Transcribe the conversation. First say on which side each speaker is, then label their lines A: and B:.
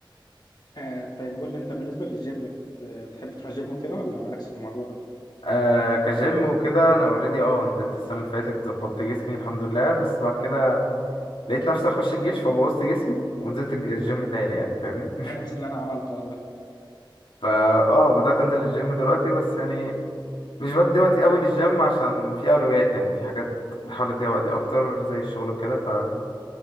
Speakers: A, on the left; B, on the left.
A: آه طيب قول لي انت بالنسبة للجيم بت... بتحب تروح جيم وكده ولا مالكش في الموضوع ده؟
B: آه كجيم وكده انا اوريدي اه نزلت السنة اللي فاتت ظبطت جسمي الحمد لله بس بعد كده لقيت نفسي اخش الجيش فبوظت جسمي ونزلت الج- الجيم تاني يعني فاهمني
A: <laughs> نفس اللي انا عملته والله
B: فا اه بدأت انزل الجيم دلوقتي بس يعني مش بدي وقتي قوي للجيم عشان في اولويات يعني في حاجات بحاول اديها وقتي اكتر زي الشغل وكده فكده